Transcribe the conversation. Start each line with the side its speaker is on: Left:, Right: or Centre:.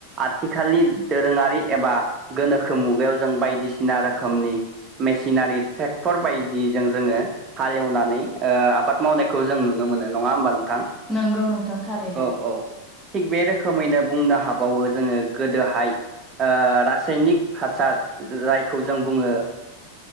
Right: आथिखालनि दोरोङारि एबा गोनोखो मुगायाव जों बायदिसिना रोखोमनि मेसिनारि ट्रेक्टर बायदिजों जोङो हालेवनानै ओ आबाद मावनायखौ जों नुनो मोनो नङा होमबा नों थां
Centre: नंगौ नोंथां थारैनो
Right: औ औ थिग बे रोखोमैनो बुंनो हाबावो जोङो गोदोहाय रासायनिक हासार जायखौ जों बुङो